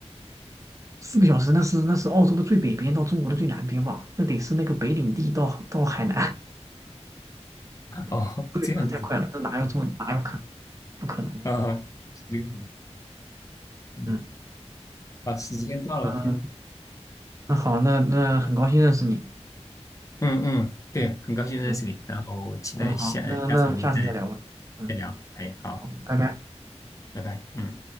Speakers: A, on the right (about 30°); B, on the left (about 30°).
A: 四个小时那是那是澳洲的最北边到中国的最南边吧？那得是那个北领地到到海南，
B: <laughs> 哦，
A: <laughs> 这个小时太快了，
B: 这样子
A: 这哪有这么哪有可能不可能的？
B: 啊，这个嗯，
A: 嗯
B: 啊，时间到了，
A: 嗯，
B: 我看。
A: 那好，那那很高兴认识你。
B: 嗯嗯，对，很高兴认识你，
A: 嗯，
B: 然后期待下下次我们再
A: 嗯，好，那那我们下次再聊吧。嗯，
B: 再聊。哎，好，
A: 好，拜拜。
B: 拜拜，嗯。